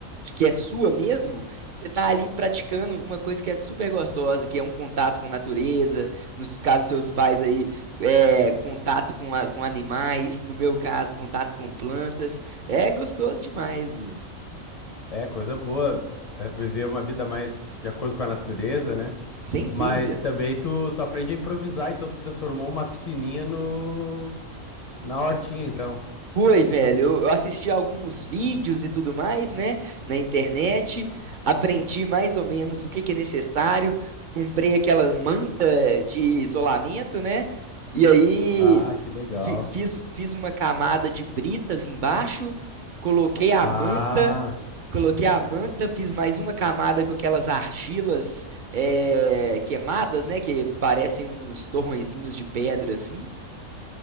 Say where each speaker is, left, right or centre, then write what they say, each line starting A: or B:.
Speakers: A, on the right; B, on the left.
A: que é sua mesmo, você tá ali praticando uma coisa que é super gostosa, que é um contato com natureza, nos casos dos seus pais aí, é, contato com, a- com animais, no meu caso, contato com plantas, é gostoso demais, mano.
B: É, coisa boa. É viver uma vida mais de acordo com a natureza, né?
A: sem
B: Mas
A: dúvida.
B: também tu, tu aprende a improvisar, então tu transformou uma piscininha no, na hortinha, então.
A: Foi, velho. Eu assisti alguns vídeos e tudo mais, né, na internet, aprendi mais ou menos o que que é necessário, comprei aquela manta de isolamento, né, e aí
B: Ah, que legal.
A: fi- fiz, fiz uma camada de britas embaixo, coloquei a
B: Ah,
A: manta, coloquei a manta, fiz mais uma camada com aquelas argilas eh, queimadas, né, que parecem uns torrõezinhos de pedra assim,